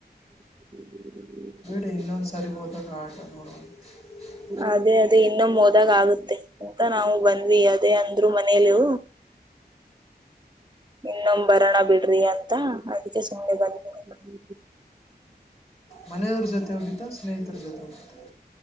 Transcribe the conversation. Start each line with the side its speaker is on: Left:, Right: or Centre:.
Right: <inaudible>
Left: ಇನ್ನೊಂದ್ ಸರಿ ಹೋದಾಗ ಆಟೋ ನೋಡುವ <unintelligible>
Right: ಅದೇ ಅದೇ ಇನ್ನು ಮೋದಲಾಗುತ್ತೆ ಅಂತ ನಾವು ಬಂದ್ವಿ ಅದೇ ಅಂದ್ರು ಮನೇಲು ಇನ್ನೊಮ್ಬರಣ <unintelligible> ಬಿಡ್ರಿ ಅಂತ ಅದಕ್ಕೆ ಸುಮ್ಮನೆ ಬಂದ್ವಿ
Left: ಮನೆಯವರಜತ್ <unintelligible> ಸ್ನೇಹಿತರ ಜೊತೆ ಹೋಗಿದ್ದ